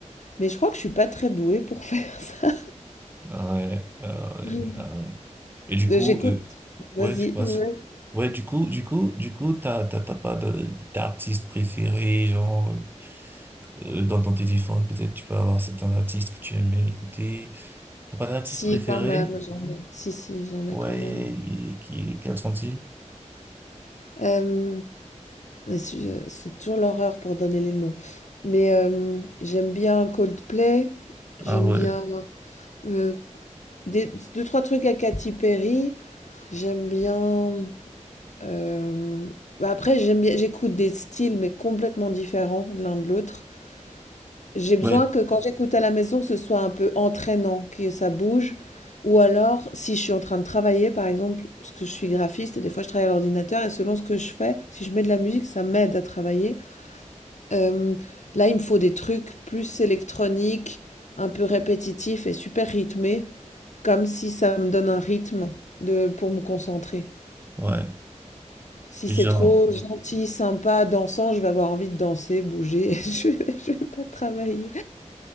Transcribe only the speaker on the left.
Mais je crois que je suis pas très douée pour <laughs> faire ça.
Je-
Euh,
J'écoute,
vas-y.
ouais.
Si,
quand même, j'en ai. Si, si, j'en ai
quand même.
Euh, mais je- c'est toujours l'horreur pour donner les noms. Mais euh, j'aime bien Coldplay. J'aime
bien euh, Des, deux, trois trucs à Katy Perry. J'aime bien. euh, bah Après, j'aime bien, j'écoute des styles, mais complètement différents l'un de l'autre. J'ai besoin
que quand j'écoute à la maison, que ce soit un peu entraînant, que ça bouge. Ou alors, si je suis en train de travailler, par exemple, parce que je suis graphiste et des fois je travaille à l'ordinateur, et selon ce que je fais, si je mets de la musique, ça m'aide à travailler. Euh, là, il me faut des trucs plus électroniques, un peu répétitifs et super rythmés. Comme si ça me donne un rythme de pour me concentrer.
Si
c'est trop Oui. gentil, sympa, dansant, je vais avoir envie de danser, bouger, <laughs> je vais, je vais pas travailler.